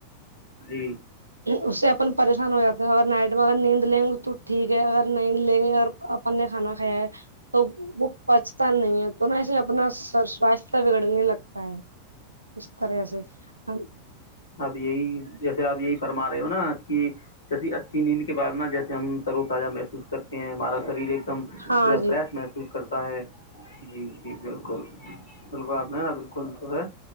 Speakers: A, on the left; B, on the right.
A: جی
B: اس سے اپن پریشان ہو جاتے ہیں اگر نائٹ میں اگر نیند لیں گے تو ٹھیک ہے ا نہیں لیں گے اور اپن نے کھانا کھایا ہے تو وہ پچتا نہیں ہے تو نہا اسے اپنا سواستھ بگڑنے لگتا ہے اس طرح سے ہ
A: اب یہی جیسے آپ یہی فرما رہے ہو نا کہ جیسی اچھی نیند کے بع نا جیسے ہم ترو تازہ محسوس کرتے ہیں ہمارا شریر ایک ایک دم
B: ہاں
A: جو ہے
B: جی
A: فریش محسوس کرتا ہے جی جی بالکل بالکل آپ نے نا بالکل جو ہے